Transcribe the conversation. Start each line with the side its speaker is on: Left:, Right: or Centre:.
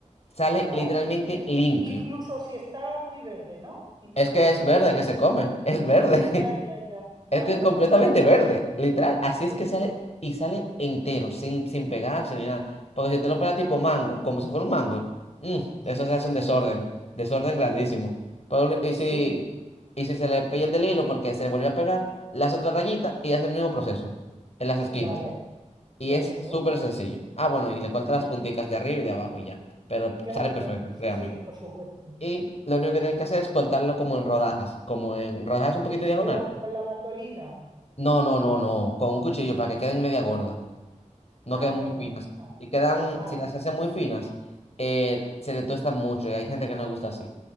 Left: Sale
Right: vale,
Left: literalmente
Right: vale.
Left: limpio.
Right: Incluso si está muy verde, ¿no? Incluso
Left: Es que es
Right: si
Left: verde
Right: es...
Left: que se come, es verde. <laughs>
Right: Ya, ya, ya. Vale,
Left: Es que es
Right: vale.
Left: completamente
Right: Bien, bien,
Left: verde, literal. Así
Right: bien,
Left: es que sale
Right: bien.
Left: y sale entero, sin, sin pegarse ni nada. Porque si te lo pegas
Right: Vale.
Left: tipo mango, como si fuera un mango, mm,
Right: Sí,
Left: eso se
Right: sí,
Left: hace un
Right: sí,
Left: desorden, desorden grandísimo. Pero, y
Right: sí.
Left: si, y si se le pierde el del hilo porque se le volvió a pegar, las otras rayitas y hace el mismo proceso en las esquinas.
Right: Vale,
Left: Y
Right: de
Left: es
Right: acuerdo.
Left: súper sencillo. Ah, bueno, y le corta las
Right: Ya.
Left: punticas de arriba y de abajo y ya. Pero
Right: Claro,
Left: sale perfecto,
Right: claro. Sí,
Left: créame.
Right: sí, por supuesto.
Left: Y lo único que tienes que hacer es cortarlo como en rodajas, como en rodajas un poquito diagonal
Right: Con la, con la mandolina.
Left: no, no, no, no. Con un cuchillo para que queden media gorda. No
Right: Ah,
Left: queden
Right: gorda.
Left: muy finas.
Right: Vale.
Left: Y quedan,
Right: Ah,
Left: si las
Right: tiene.
Left: hacen muy finas, eh, se le tostan mucho y hay gente que no le gusta así.